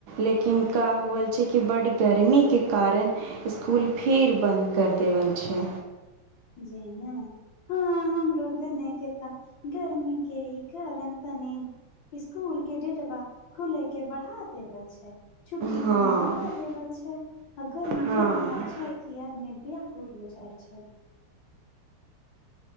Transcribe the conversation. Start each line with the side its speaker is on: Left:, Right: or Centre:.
Right: लेकिनका होल छै कि बड्ड गर्मीके कारण स्कुल फिर बंद कर देवल छै
Left: जेना हँ हमरूदे नहि कत गर्मीे के कारण तनी स्कूल के डेटबा खुले के बढ़ा देव छै छुट्टी
Right: हँ
Left: तनी पढ़ा देवल छै आ गर्मी
Right: हँ
Left: एतना छै की आदमी ब्याकुल हो जाइ छै